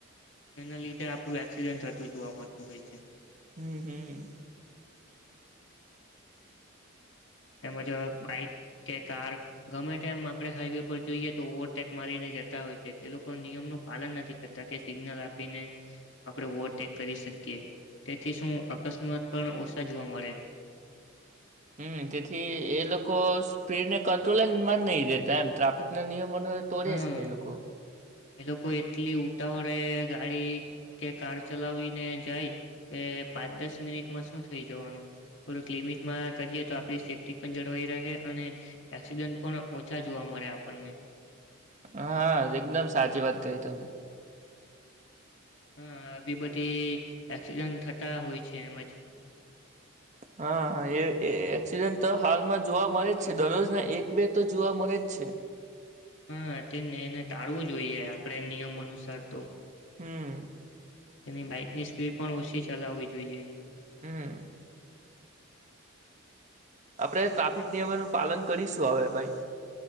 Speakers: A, on the left (about 60°); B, on the right (about 35°).
A: એના લીધે આપણું એક્સિડન્ટ થતું જોવા મળતું હોય છે.
B: હમ્મ હમ્મ.
A: તેમજ બાઈક કે કાર ગમે ટેમ આપણે હાઈવે પર જોઈએ તો ઓવરટેક મારીને જતા હોય છે, તે લોકો નિયમનું પાલન નથી કરતા કે સિગ્નલ આપીને આપણે ઓવરટેક કરી શકીએ, તેથી શું અકસ્માત પણ ઓછા જોવા મળે.
B: હમ્મ, તેથી એ લોકો સ્પીડને કંટ્રોલ જ મા નહી દેતા એમ ટ્રાફિક ના નિયમ મને તોડે
A: હા
B: છે એ લોકો.
A: એ લોકો એટલી ઉતાવળે ગાડી, કે કાર ચલાવીને જાય કે પાંચ દસ મિનિટમાં શું થઈ જવાનું, થોડક લિમિટમાં કરીએ તો આપણી સેફ્ટી પણ જળવાઈ રહે અને એક્સિડન્ટ પણ ઓછા જોવા મળે આપર્ણને.
B: હ, એકદમ સાચી વાત કહી તમે.
A: હ, આવી બધી એક્સિડન્ટ થતા હોય છે એમજ.
B: હા એ એક્સિડેન્ટ તો હાલમાં જોવા મળે જ છે, દરરોજના એક બે તો જોવા મળે જ છે.
A: હ હાતને એને ટાળવું જોઈએ આપડે નિયમ અનુસાર તો.
B: હમ્મ.
A: તેની બાઈકની સ્પીડ પણ ઓછી ચલાવવી જોઈએ.
B: હમ આપડે ટ્રાફિક નિયમોનું પાલન કરીશું હવે ભાઈ.